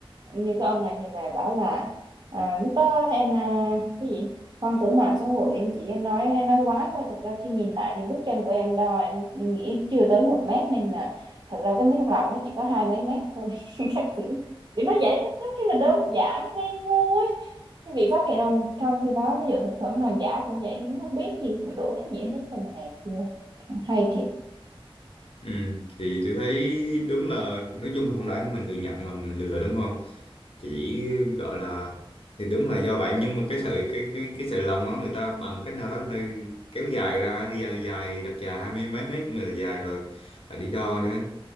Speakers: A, on the right; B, on the left.
A: như cái ông này thì là bảo là à, lúc đó em à, cái gì hoang tưởng mạng xã hội em chỉ nói nói quá thôi thực ra khi nhìn lại thì bước chân của em đo em nghĩ chưa tới một mét nên là thật ra cái mét lòng nó chỉ có hai mấy mét thôi <laughs> các kiểu kiểu nó vậy đó rất là đơn giản ngây ngô ấy cái việc phát hiện trong trong khi đó ví dụ thực phẩm hàng giả cũng vậy không biết gì mà đổ trách nhiệm hết cho người này kia hay thiệt
B: ừ. thì tôi thấy đúng là nói chung là không lẽ mình tự nhận là mình lừa đúng không chỉ gọi là thì đúng là do vậy nhưng mà cái sợi cái cái cái sợi lòng đó người ta bằng cách nào đó người ta kéo dài ra dài, dài đặt dài hai mươi mấy mét mà là dài rồi là đi đo nữa